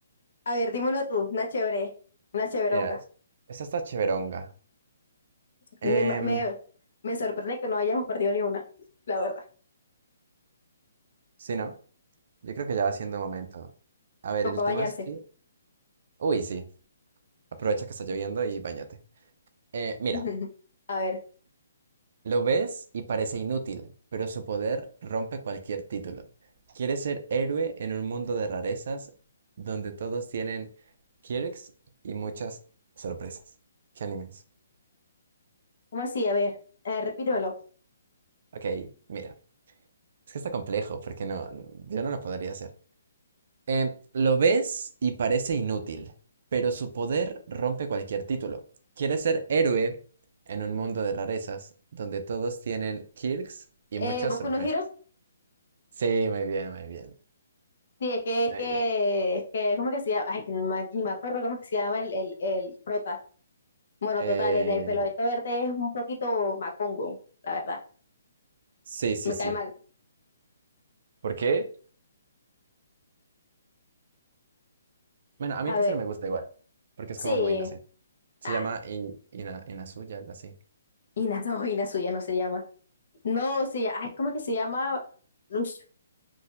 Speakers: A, on the left; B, on the right.
A: A ver, dime uno tú, una chévere, una chéveronga.
B: Mira, es- esta está chéveronga.
A: Me,
B: Em,
A: me, me sorprende que no hayamos perdido ni una, la verdad.
B: sí, ¿no? Yo creo que ya va siendo momento. A ver,
A: Tocó
B: el
A: bañarse.
B: tema es que... Uy, sí, aprovecha que está lloviendo y bañate. Eh, mira,
A: <laughs> A ver,
B: Lo ves y parece inútil, pero su poder rompe cualquier título. Quiere ser héroe en un mundo de rarezas donde todos tienen quirks y muchas sorpresas. ¿Qué animes?
A: ¿cómo así? A ver, eh, repítemelo.
B: Ok, mira. Es que está complejo porque no, yo no lo podría hacer. Em, lo ves y parece inútil, pero su poder rompe cualquier título. Quiere ser héroe en un mundo de rarezas donde todos tienen quirks y
A: Eh,
B: muchas
A: ¿Boku
B: sorpresas.
A: no Hero?
B: Sí, muy bien, muy bien.
A: Sí, es que, es
B: Muy
A: que,
B: bien.
A: es que, ¿cómo que se llama? Ay, que no me- ni me acuerdo cómo que se llama el, el, el prota. Bueno,
B: Eh,
A: total, el de pelo verde es un poquito macongo, la verdad.
B: sí, sí,
A: Me
B: sí.
A: cae mal.
B: ¿Por qué? Bueno, a mí
A: A
B: casi
A: ver,
B: no me gusta igual, porque
A: sí.
B: es como muy inocente. Se
A: Ah,
B: llama In- Ina- Inazuya, algo así.
A: Ina, <laughs> no, Inazuya no se llama. No, sí, ay, ¿cómo es que se llama? Ush,